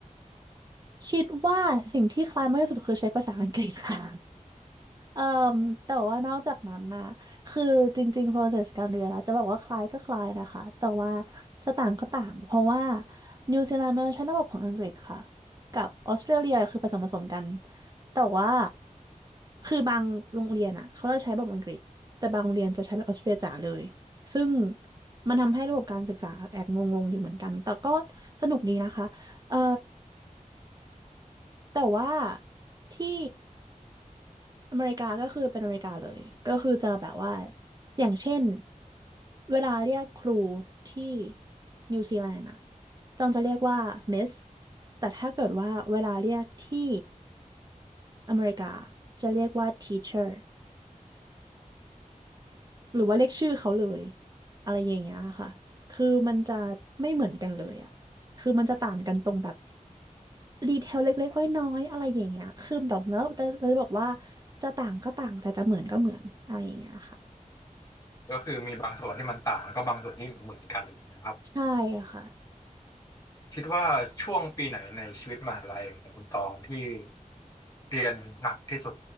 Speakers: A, on the right (about 30°); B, on the left (about 25°).
A: คิดว่าสิ่งที่คล้ายมากที่สุดคือใช้ภาษาอังกฤษค่ะ เอ่อแต่ว่านอกจากนั้นนะคือจริงๆ process การเรียนนะจะบอกว่าคล้ายก็คล้ายนะคะแต่ว่าจะต่างก็ต่างเพราะว่านิวซีแลนด์มันใช้ระบบของอังกฤษค่ะกับออสเตรเลียคือผสมผสมกันแต่ว่าคือบางโรงเรียนอ่ะเขาจะใช้แบบอังกฤษแต่บางโรงเรียนจะใช้แบบออสเตรเลียจ๋าเลยซึ่งมันทำให้ระบบการศึกษาแอบงงๆอยู่เหมือนกันแต่ก็สนุกดีนะคะเอ่อแต่ว่าที่ อเมริกาก็คือเป็นอเมริกาเลย ก็คือจะแบบว่า อย่างเช่น เวลาเรียกครูที่นิวซีแลนด์อะจองจะเรียกว่ามิสแต่ถ้าเกิดว่าเวลาเรียกที่อเมริกาจะเรียกว่า teacher หรือว่าเรียกชื่อเขาเลยอะไรอย่างเงี้ยค่ะคือมันจะไม่เหมือนกันเลยอะคือมันจะต่างกันตรงแบบดีเทลเล็กๆน้อยๆอะไรอย่างเงี้ยคือแบบแล้วเราจะบอกว่าจะต่างก็ต่างแต่จะเหมือนก็เหมือนอะไรอย่างเงี้ยค่ะ
B: ก็คือมีบางส่วนที่มันต่างแล้วก็บางส่วนที่เหมือนกันนะครับ
A: ใช่ค่ะ
B: คิดว่าช่วงปีไหนในชีวิตมหาลัยของคุณตองที่เรียนหนักที่สุด